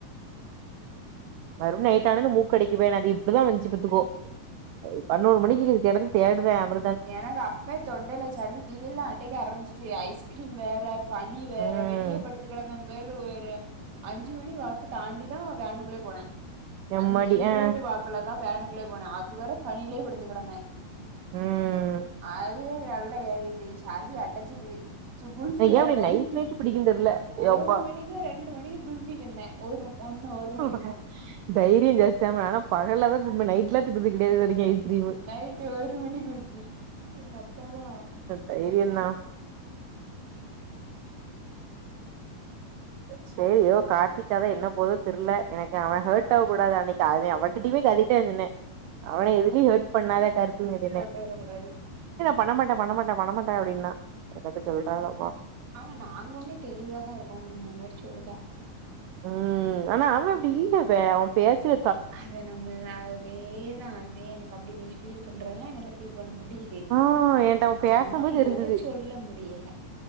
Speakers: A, on the right; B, on the right.
A: வரும் நைட்டு ஆனோன்னே மூக்கடைக்கு <unintelligible> அது இப்ப தா வந்ச்சு பாத்துக்கோ பன்னோரு மணிக்கு இங்க கெடந்து தேடுறே அப்
B: எனக்கு அப்பே தொண்டைல சளி <unintelligible> ல்ல அடைக்க ஆரம்பிச்சு ஐஸ்கிரீம் வேற பனி வேற
A: ம்
B: வெளிய படுத்து கெடந்தே வேற ஒரு அஞ்சு மணி வாக்கு தாண்டிதா வேனு குள்ளே போன
A: எம்மாடி
B: அஞ்சு இருவது
A: ஆ
B: வாக்குல தா வேனுக்குள்ளே போனே அதுவர பனிலே படுத்து கெடந்தே
A: ம்
B: அதுவே நல்லா ஏறிட்டு சளி அடச்சிது சு குல்ஃபி
A: எனக்கு
B: வேற
A: ஏ அப்டி
B: நைட்டு
A: நைட் நைட் பிடிக்குன்னு தெர்ல
B: ஒரு
A: யப்பா
B: மணிக்கு ரெண்டு மணிக்கு குல்ஃபி தின்னே ஒரு ஒன்னு ஒரு மணி இருக்கு
A: <inaudible> தைரியோ ஜாஸ்தி தாமா நானா பகல்ல தா திம்பே நைட்லா தின்னது கெடையாது இதுவரைக்கு ஐஸ்கிரீமு
B: நைட்டு ஒரு மணி குல்ஃபி எங்க அக்கா தா
A: தைரியந்தா சேரி எதோ கார்த்திகாதா என்ன போதோ தெரில எனக்கு அவ ஹர்ட்
B: ஆமா
A: ஆக கூடாது அன்னைக்கு அத அவன்கிட்டயுமே அததா சொன்ன அவன எதுலய ஹேர்ட் பண்ணாதே கார்த்தின்னுட்டு இருந்த
B: போய்ற கூடாது
A: பண்ண மாட்டே பண்ணமாட்டே பண்ண மாட்டே அப்டின்னா என்னத்த சொல்றாளோ
B: அவ நாங்க ஒண்ணு தெளிவாதா இருக்கோ அப்டிங்க மாரி சொல்லுதா
A: ம் ஆனா அவ அப்டி இல்லவே அவ பேச்சுற
B: அத நம்ம அதேதா அத எனக்கு அப்டின்னு ஃபீல் பண்றதெல்லா என்னால ஃபீல் பண்ண முடியுது
A: ஆ என்ட்ட அவ
B: ஆனா
A: பேசம்போது
B: என்னால
A: தெரிஞ்சுது
B: சொல்ல முடியல